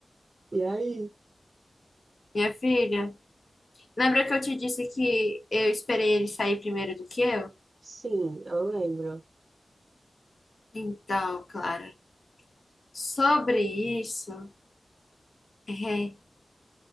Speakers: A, on the right; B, on the left.
A: E aí?
B: minha filha. Lembra que eu te disse que eu esperei ele sair primeiro do que eu?
A: Sim, eu lembro.
B: Então, Clara, sobre isso, é,